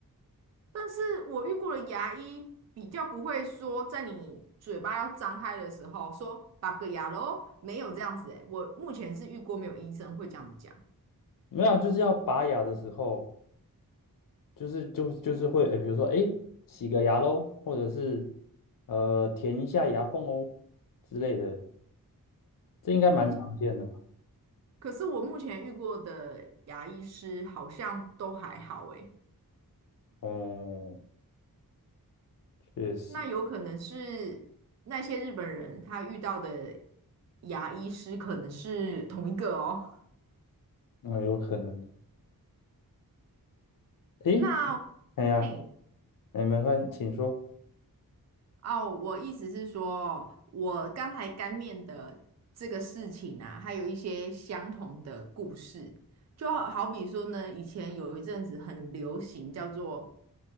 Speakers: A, on the right (about 45°); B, on the left (about 65°).
A: 但是我遇过的牙医比较不会说，在你嘴巴要张开的时候说“八个牙咯没有这样子诶，我目前是遇过没有医生会这样子讲。
B: 没有啊，就是要拔牙的时候。就是就就是会，哎，比如说，哎，洗个牙喽，或者是呃填一下牙缝哦之类的，这应该蛮常见的吧？
A: 嗯，可是我目前遇过的牙医师好像都还好哎。
B: 哦，确实，
A: 那有可能是那些日本人他遇到的牙医师可能是同一个哦。
B: 嗯，有可能。哎，
A: 那
B: 哎呀，
A: 嘿
B: 哎，没关系，请说。
A: 哦，我意思是说，我刚才干面的这个事情啊，还有一些相同的故事，就好好比说呢，以前有一阵子很流行叫做